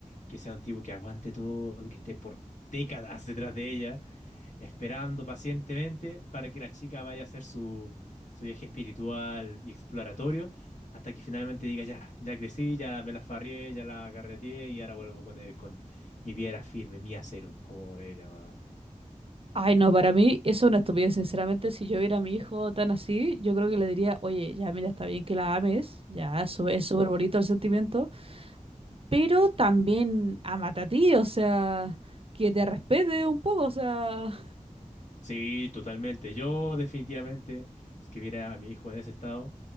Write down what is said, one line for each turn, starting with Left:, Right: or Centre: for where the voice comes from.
Left: que sea un tipo que aguante todo, que esté por décadas detrás de ella, esperando pacientemente para que la chica vaya a hacer su, su viaje espiritual y exploratorio, hasta que finalmente diga, ya, ya crecí, ya la- me la farrié, ya la carreteé y ahora vuelvo con él, con mi piedra firme, mi acero, como le llamaba.
Right: Ay, no, para mí eso es una estupidez, sinceramente. Si yo viera a mi hijo tan así, yo creo que le diría, oye, ya mira, está bien que la ames, ya, eso es súper bonito el sentimiento, pero también amate a ti, o sea, que te respete un poco, o sea,
Left: Sí, totalmente. Yo definitivamente, si que viera a mi hijo en ese estado,